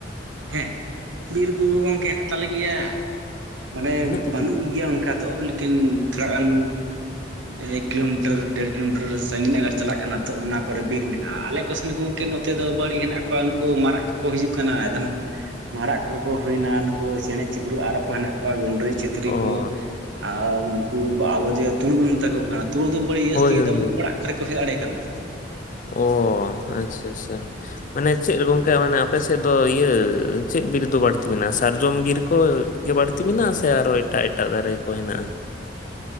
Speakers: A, on the right; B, on the left.
A: ᱦᱮᱸ, ᱵᱤᱨ ᱵᱩᱨᱩ ᱜᱚᱝᱠᱮ ᱦᱮᱱᱟᱜ ᱛᱟᱞᱮ ᱜᱮᱭᱟ ᱾ ᱢᱟᱱᱮ
B: ᱦᱮᱱᱟᱜ ᱛᱟᱯᱮ
A: ᱵᱟᱹᱱᱩᱜ ᱜᱮᱭᱟ ᱚᱱᱠᱟ ᱫᱚ, ᱞᱮᱠᱤᱱ ᱛᱷᱚᱲᱟ ᱜᱟᱱ ᱮᱠ ᱠᱤᱞᱳᱢᱤᱴᱟᱨ ᱰᱮᱲ ᱠᱤᱞᱳᱢᱤᱴᱟᱨ ᱥᱟᱺᱜᱤᱧ ᱜᱟᱨ ᱪᱟᱞᱟᱜ ᱠᱟᱱᱟ ᱛᱚ ᱚᱱᱟ ᱠᱚᱨᱮ ᱵᱤᱨ ᱢᱮᱱᱟᱜᱼᱟ᱾ ᱟᱞᱮ ᱠᱚ ᱥᱮᱫ ᱜᱚᱢᱠᱮ ᱱᱚᱛᱮ ᱫᱚ ᱵᱟᱹᱲᱤᱡ ᱦᱮᱱᱟᱜ ᱠᱚᱣᱟ ᱩᱱᱠᱩ ᱢᱟᱨᱟᱜ ᱠᱚ ᱠᱚ ᱦᱤᱡᱩᱜ ᱠᱟᱱᱟ ᱮᱠᱫᱚᱢ, ᱢᱟᱨᱟᱜ ᱠᱚ ᱠᱚ ᱦᱩᱭᱱᱟ ᱱᱩᱠᱩ ᱪᱮᱬᱮ ᱪᱤᱯᱨᱩᱫ ᱟᱨᱚ ᱠᱚ ᱦᱮᱱᱟᱜ ᱠᱚᱣᱟ ᱜᱩᱰᱨᱤ ᱪᱩ ᱛᱤᱛᱨᱤ
B: ᱚ
A: ᱠᱚ ᱟᱨ ᱩᱱᱠᱩ ᱟᱵᱚ ᱡᱮ ᱛᱩᱲ ᱵᱚᱱ ᱢᱮᱛᱟ ᱠᱚ ᱠᱟᱱᱟ, ᱛᱩᱲ ᱫᱚ <inaudible>
B: ᱦᱳᱭ ᱦᱳᱭ ᱦᱳᱭ
A: ᱚᱲᱟᱜ ᱠᱚᱨᱮᱠᱚ ᱦᱮᱡ ᱟᱲᱮ ᱠᱟᱱᱟ᱾
B: ᱚ ᱟᱪᱪᱷᱟ ᱟᱪᱪᱷᱟ᱾ ᱢᱟᱱᱮ ᱪᱮᱫ ᱜᱚᱝᱠᱮ ᱢᱟᱱᱮ ᱟᱯᱮ ᱥᱮᱫ ᱫᱚ ᱤᱭᱟᱹ, ᱪᱮᱫ ᱵᱤᱨ ᱫᱚ ᱵᱟᱹᱲᱛᱤ ᱢᱮᱱᱟᱜᱼᱟ? ᱥᱟᱨᱡᱚᱢ ᱵᱤᱨ ᱠᱚ ᱜᱮ ᱵᱟᱹᱲᱛᱤ ᱢᱮᱱᱟᱜᱼᱟ᱾ ᱥᱮ ᱟᱨᱚ ᱮᱴᱟᱜ ᱮᱴᱟᱜ ᱫᱟᱨᱮ ᱠᱚ ᱦᱮᱱᱟᱜᱼᱟ᱾